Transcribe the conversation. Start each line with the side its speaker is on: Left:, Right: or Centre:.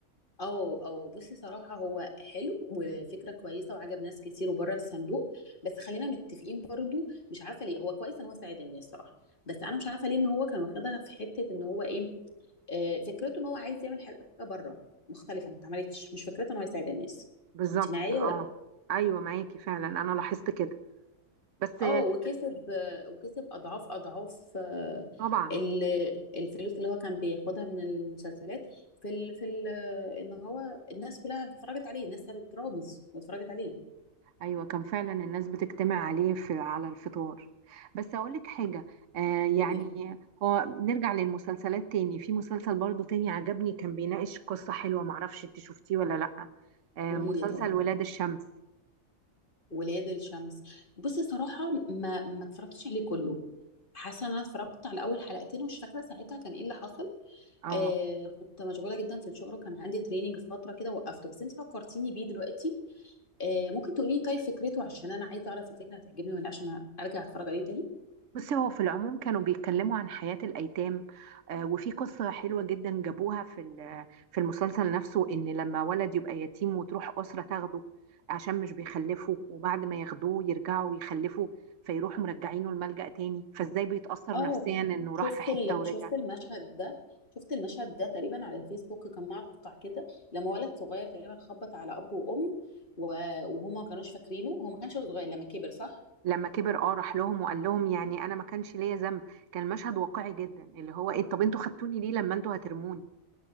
Left: اه اه بصي صراحة هو حلو وفكرة كويسة وعجب ناس كتير وبره الصندوق بس خلينا متفقين برضو مش عارفة ليه هو كويس ان هو ساعد الناس صراحة بس انا مش عارفة ليه ان هو كان واخدها في حتة ان هو ايه آه فكرته ان هو عايز يعمل حاجة بره مختلفة ما اتعملتش مش فكرته ان هو يساعد الناس
Right: بالظبط
Left: انت معايا
Right: اه
Left: ولا
Right: ايوه معاكي فعلا انا لاحظت كده بس
Left: اه
Right: آه،
Left: وكسب آه، وكسب اضعاف اضعاف آه،
Right: طبعا
Left: ال- الفلوس اللي هو كان بياخدها من المسلسلات في ال... في ال... ان هو الناس كلها اتفرجت عليه الناس سابت رامز واتفرجت عليه
Right: ايوه كان فعلا الناس بتجتمع عليه في على الفطار بس اقول لك حاجه آه
Left: قولي
Right: يعني
Left: لي
Right: هو نرجع للمسلسلات تاني في مسلسل برضو تاني عجبني كان بيناقش قصه حلوه معرفش انت شفتيه ولا لا آه
Left: قولي
Right: مسلسل
Left: لي طيب
Right: ولاد الشمس
Left: ولاد الشمس بصي صراحة ما ما اتفرجتش عليه كله حاسة ان انا اتفرجت على اول حلقتين ومش فاكرة ساعتها كان ايه اللي حصل
Right: اه
Left: آه كنت مشغولة جدا في الشغل وكان عندي تريننج في فترة كده وقفته بس انت فكرتيني بيه دلوقتي آه ممكن تقولي لي طيب فكرته عشان انا عايزة اعرف الفكرة هتعجبني ولا لأ، عشان ارجع اتفرج عليه تاني
Right: بصي هو في العموم كانوا بيتكلموا عن حياة الأيتام آه، وفي قصة حلوة جدا جابوها في ال- في المسلسل نفسه إن لما ولد يبقى يتيم وتروح أسرة تاخده عشان مش بيخلفه وبعد ما ياخدوه يرجعوا يخلفوا فيروحوا مرجعينه الملجأ تاني فإزاي بيتأثر
Left: اه
Right: نفسيا إنه
Left: شفت
Right: راح في حتة
Left: ال...
Right: ورجع
Left: شفت المشهد ده شفت المشهد ده تقريبا على الفيسبوك كان مقطع كده لما ولد صغير تقريبا خبط على اب وام و... وهما ما كانوش فاكرينه هو ما كانش صغير لما كبر صح
Right: لما كبر اه راح لهم وقال لهم يعني أنا ما كانش ليا ذنب كان مشهد واقعي جدا اللي هو إيه طب أنتوا خدتوني ليه لما أنتوا هترموني